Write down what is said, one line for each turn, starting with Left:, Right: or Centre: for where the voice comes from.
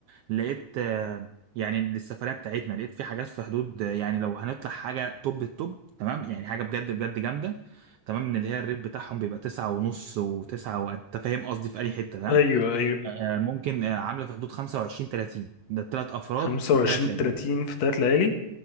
Right: لقيت آه، يعني للسفرية بتاعتنا لقيت في حاجات في حدود آه، يعني لو هنطلع حاجة توب التوب تمام يعني حاجة بجد بجد جامدة تمام من اللي هي الريت بتاعهم بيبقى تسعة ونص وتسعة وانت فاهم قصدي في أي حتة ده
Left: أيوه أيوه
Right: آه، ممكن آه، عاملة في حدود خمسة وعشرين تلاتين ده التلات أفراد
Left: 25
Right: في التلات ليالي
Left: 30 في تلات ليالي